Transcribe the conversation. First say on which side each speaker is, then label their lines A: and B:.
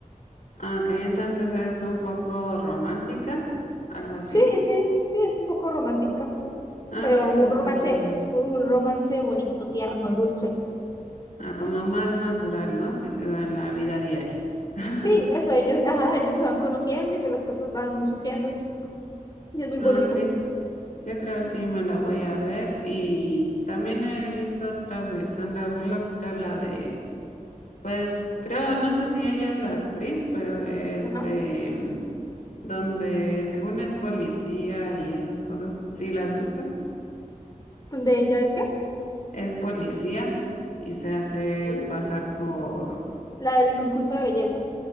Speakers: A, on the left; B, on the left.
A: Ah, Ok, entonces es un poco romántica, algo así.
B: Sí, sí, sí, es un poco romántica,
A: Ah,
B: pero
A: sí, se
B: un
A: escucha
B: romance,
A: bien.
B: un romance bonito, tierno, dulce.
A: Ah, como más natural, ¿no? Que se da en la vida diaria. <laughs>
B: Sí, eso, ellos, ajá, ellos se van conociendo y pues las cosas van surgiendo y es muy
A: Ah,
B: bonito.
A: sí, yo creo sí me la voy a ver. Y también he visto otras de Sandra Bullock, creo la de, pues creo, no sé si ella es la actriz, pero es
B: Ajá.
A: de mm, donde según es policía y esas cosas, sí la has visto,
B: Donde ella es que
A: es policía y se hace
B: el
A: pasar por,
B: la del concurso de belleza.